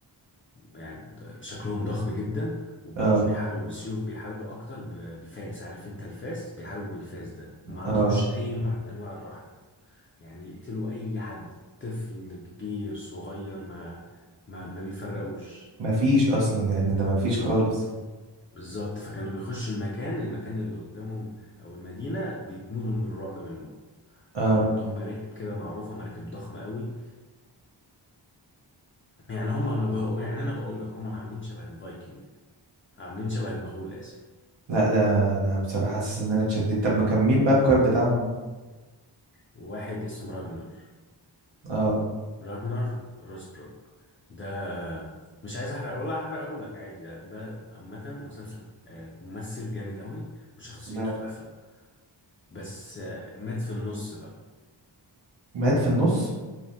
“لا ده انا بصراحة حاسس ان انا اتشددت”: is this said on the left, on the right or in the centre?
Right